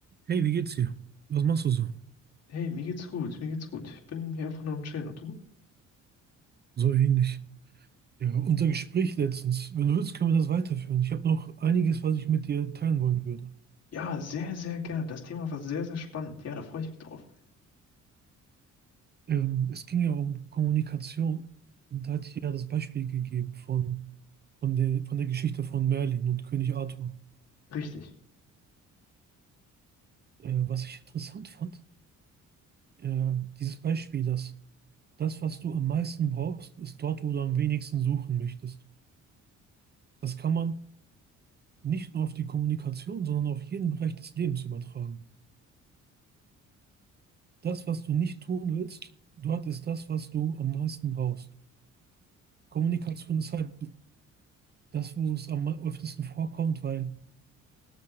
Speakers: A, on the right; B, on the left.
A: Hey, wie geht's dir? Was machst du so?
B: Hey, mir geht's gut, mir geht's gut. Ich bin hier einfach nur am Chillen. Und du?
A: So ähnlich. Ja, unser Gespräch letztens. Wenn du willst, können wir das weiterführen. Ich habe noch einiges, was ich mit dir teilen wollen würde.
B: Ja, sehr, sehr gerne. Das Thema war sehr, sehr spannend. Ja, da freue ich mich drauf.
A: Ähm, es ging ja um Kommunikation. Und da hatte ich ja das Beispiel gegeben von, von der, von der Geschichte von Merlin und König Arthur.
B: Richtig,
A: Äh, was ich interessant fand, äh, dieses Beispiel, dass das, was du am meisten brauchst, ist dort, wo du am wenigsten suchen möchtest. Das kann man nicht nur auf die Kommunikation, sondern auf jeden Bereich des Lebens übertragen. das, was du nicht tun willst, dort ist das, was du am meisten brauchst. Kommunikation ist halt das, wo es am öftesten vorkommt, weil